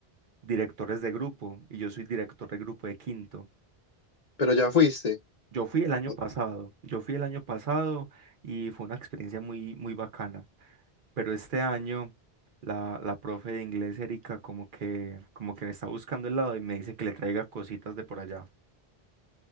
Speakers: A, on the right (about 55°); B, on the left (about 45°).
A: directores de grupo y yo soy director de grupo de quinto.
B: pero ya fuiste.
A: Yo fui el año
B: O-
A: pasado, yo fui el año pasado y fue una experiencia muy, muy bacana, pero este año la, la profe de inglés, Erika, como que, como que me está buscando el lado y me dice que le traiga cositas de por allá.